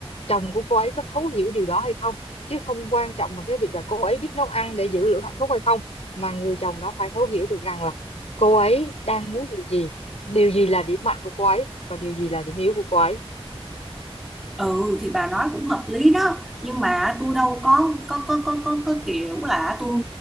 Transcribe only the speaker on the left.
chồng của cô ấy có thấu hiểu điều đó hay không chứ không quan trọng bằng cái việc là cô ấy biết nấu ăn để giữ lửa hạnh phúc hay không mà người chồng đó phải thấu hiểu được rằng là cô ấy đang muốn điều gì điều gì là điểm mạnh của cô ấy và điều gì là điểm yếu của cô ấy